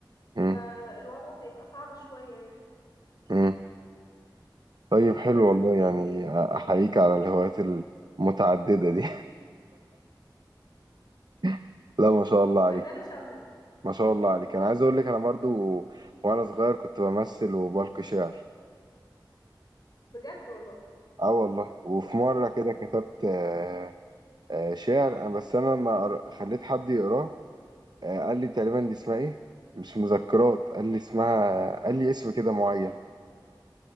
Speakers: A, on the right; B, on the left.
A: مم.
B: فالوضع هيبقى صعب شوية يعني
A: مم. طيب حلو
B: بس
A: والله يعني أحييك على الهوايات المتعددة دي <laughs> لا ما شاء الله عليك
B: فنانة شاملة
A: ما شاء الله عليك أنا عايز أقول لك أنا برضو وأنا صغير كنت بمثل وبلقي شعر
B: بجد والله
A: اه والله وفي مرة كده كتبت آه، آه، شعر أنا- بس أنا لما قر- خليت حد يقراه آه، قال لي تقريبا دي اسمها ايه مش مذكرات قال لي اسمها قال لي اسم كده معين